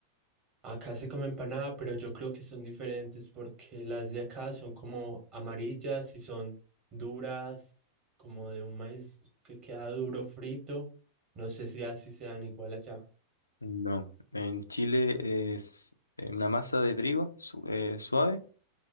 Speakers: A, on the right; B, on the left.
A: Acá se come empanada, pero yo creo que son diferentes porque las de acá son como amarillas y son duras, como de un maíz que queda duro frito. No sé si así sean igual allá.
B: No. En Chile es eh, una masa de trigo su- eh, suave